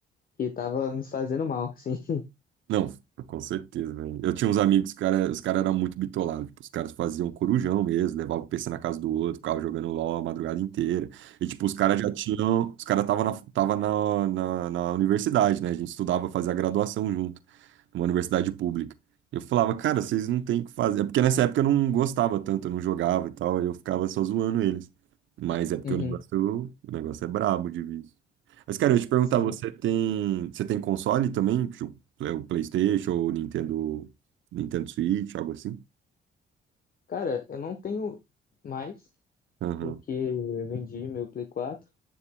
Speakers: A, on the left; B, on the right.
A: que tava me fazendo mal, assim. <laughs>
B: Não, com certeza, velho. Eu tinha uns amigos, cara, os caras eram muito bitolados. Tipo, os caras faziam corujão mesmo, levavam o PC na casa do outro, ficavam jogando LOL a madrugada inteira. E, tipo, os caras já tinham. Os caras estavam na, tava na, na, na universidade, né? A gente estudava, fazia graduação junto, numa universidade pública. Eu falava, cara, vocês não têm o que fazer. É porque nessa época eu não gostava tanto, eu não jogava e tal, aí eu ficava só zoando eles. Mas é porque
A: Uhum,
B: o negócio, o negócio é brabo de vício. Mas, cara, eu ia te perguntar,
A: sim.
B: você tem, você tem console também? tipo, é o PlayStation ou o Nintendo, Nintendo Switch, algo assim?
A: Cara, eu não tenho mais,
B: Aham.
A: porque eu vendi meu Play 4,